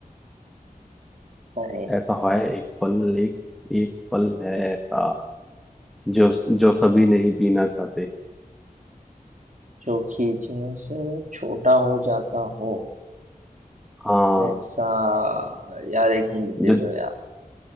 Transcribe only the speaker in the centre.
ऐसा है एक फल एक एक फल है ऐसा जो जो सभी नहीं पीना चाहते
हाँ
जो